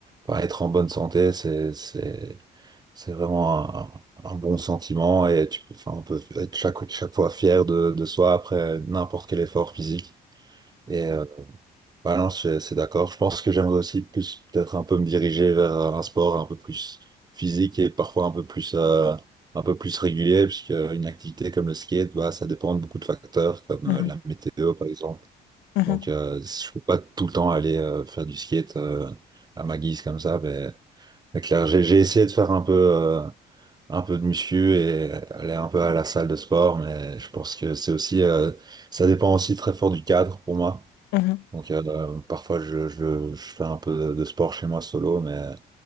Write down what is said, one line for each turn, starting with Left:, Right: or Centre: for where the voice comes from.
Right: enfin, être en bonne santé, c'est c'est c'est vraiment un, un bon sentiment et tu peux, enfin, on peut être chaque chaque fois fier de, de soi après n'importe quel effort physique. Et euh, bah non, c'est c'est d'accord. Je pense que j'aimerais aussi plus peut-être un peu me diriger vers un sport un peu plus physique et parfois un peu plus euh, un peu plus régulier, puisque une activité comme le skate, bah ça dépend de beaucoup de facteurs, comme
Left: Mhm,
Right: euh, la météo par exemple.
Left: mhm,
Right: Donc euh, je peux pas tout le temps aller euh, faire du skate euh, à ma guise comme ça, mais, mais clair, j'ai j'ai essayé de faire un peu euh, un peu de muscu et aller un peu à la salle de sport, mais je pense que c'est aussi euh, ça dépend aussi très fort du cadre pour moi.
Left: mhm,
Right: Donc euh, parfois je, je, je fais un peu de, de sport chez moi solo, mais